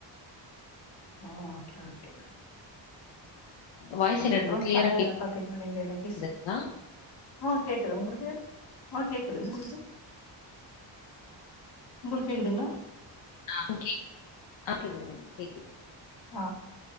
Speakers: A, on the left; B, on the left.
A: ஆ ஓகே ஓகே
B: வாய்ஸ் என்னது
A: அப்புரோ
B: கிளியரா
A: பட ஏதனா பாத்தீங்களா நீங்க இன்னிக்கி
B: கேக்குதுங்களா
A: ஸ் உ கேக்குது உங்குளுக்கு உ கேக்குது உங்குளுக்கு உங்குளுக் கேகுதுங்ளா
B: ஆ கேக் கேக்குதுங்க கேக்குது
A: ஆ